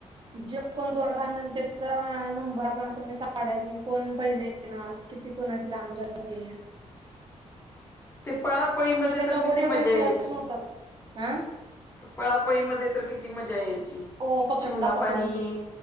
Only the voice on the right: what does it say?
जे कोण जोरात आणल त्याचा नंबर आपण असं म्हणजे काढायची कोण? पहिले येणार किती कोणाची लांब जातेय.
काही
लगोरी
वगैरे खेळत
नव्हता का हा
हो पकडा
पकडी